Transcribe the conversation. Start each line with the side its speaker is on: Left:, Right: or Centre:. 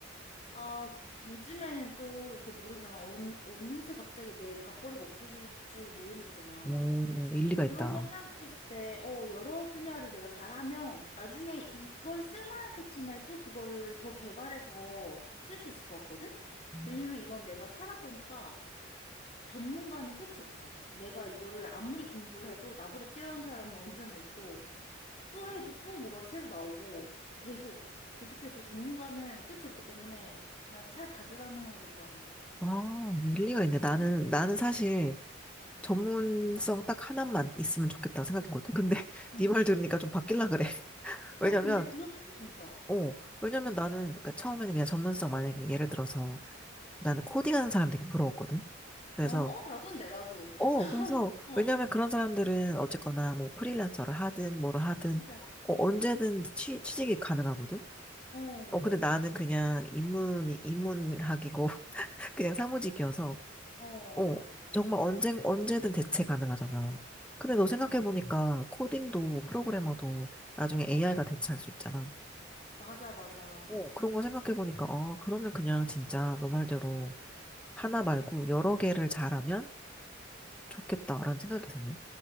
Left: 아, 요즘에는 또 이게 모르잖아. 어느, 어느새 갑자기 내 밥벌이가 없어질 줄 모르는 거잖아.
Centre: 음, 일리가
Left: 그런
Centre: 있다.
Left: 걸 생각했을 때, 어, 여러 분야를 내가 잘하면 나중에 이걸 쓸만할 때쯤에 또 그거를 더 개발해서 쓸 수 있을 것 같거든?
Centre: 음,
Left: 왜냐면 이건 내가 살아보니까 전문가는 끝이 없어. 내가 이거를 아무리 공부를 해도 나보다 뛰어난 사람은 언제나 있고 또 해도 또 뭐가 새로 나오고 계속 계속 계속 전문가는 끝이 없기 때문에 난 차라리 다재다능한 게 더 나은 것 같아.
Centre: 아, 일리가 있네.
Left: 너는?
Centre: 나는, 나는 사실
Left: 어, 응.
Centre: 전문성 딱 하나만 있으면 좋겠다는 생각했거든 근데 <laughs>
Left: 응.
Centre: 네 말 들으니까 좀 바뀔라 그래. <laughs> 왜냐면,
Left: 그래, 근데 그렇지 진짜.
Centre: 어, 왜냐면
Left: 응.
Centre: 나는 그러니까 처음에는 그냥 전문성 만약에 예를 들어서 나는 코딩하는 사람 되게 부러웠거든. 그래서
Left: 어, 어, 나도인데 나도.
Centre: 어, 그래서
Left: 어,
Centre: 왜냐면 그런 사람들은 어쨌거나 뭐 프리랜서를 하든 뭐를 하든
Left: 맞아.
Centre: 어, 언제든 취, 취직이 가능하거든.
Left: 어,
Centre: 어, 근데 나는 그냥 입문이, 입문학이고 <laughs> 그냥 사무직이어서
Left: 어.
Centre: 어, 정말 언제, 언제든 대체 가능하잖아. 근데 너
Left: 아,
Centre: 생각해보니까 코딩도 프로그래머도 나중에 AI가 대체할 수 있잖아.
Left: 맞아, 맞아.
Centre: 어, 그런 거 생각해보니까, 어, 그러면 그냥 진짜 너 말대로 하나 말고 여러 개를 잘하면 좋겠다라는 생각이 드네.